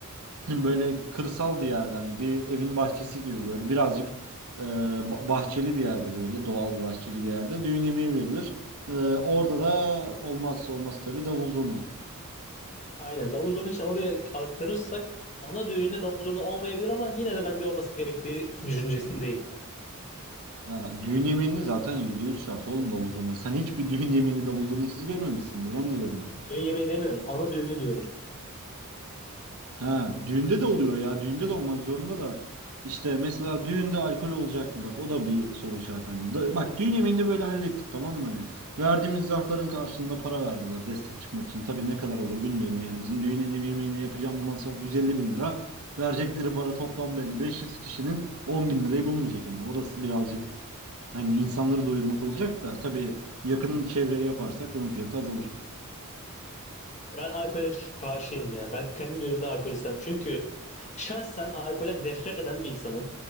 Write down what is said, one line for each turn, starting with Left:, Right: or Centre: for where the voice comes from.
Right: böyle kırsal bir yerde hani bir evin bahçesi gibi böyle birazcık e, ba- bahçeli bir yerde böyle doğal bir bahçeli bir yerde düğün yemeği verilir. E, orada da olmazsa olmaz tabii davul zurna.
Left: Aynen. Davul zurna için oraya aktarırsak ana düğünde davul zurna olmayabilir ama yine de ben bir olması gerektiği düşüncesindeyim.
Right: Ya düğün yemeğini zaten %100 şart oğlum davul zurna. Sen hiçbir düğün yemeğini davul zurnasız görmemişsindir. Ben de görmedim.
Left: Düğün yemeği demiyorum. Ana düğünü diyorum.
Right: Ha, düğünde de oluyor ya. Düğünde de olmak zorunda da. İşte mesela düğünde alkol olacak mı? Bak o da bir soru işareti. Hani da- bak düğün yemeğinde böyle hallettik tamam mı? Hani verdiğimiz zarfların karşılığında para verdiler destek çıkmak için. Tabii ne kadar olur bilmiyorum yani. Bizim düğün yemeğine yapacağımız masraf 150 bin lira. Verecekleri para toplam belli. 500 kişinin 10 bin lirayı bulmayacak hani. O da birazcık hani insanları doyurmak olacak da. Tabii yakın çevreye yaparsak bunun fiyatı azalır.
Left: Ben alkole karşıyım ya. Ben kendi düğümde alkol istemem. Çünkü şahsen alkolden nefret eden bir insanım.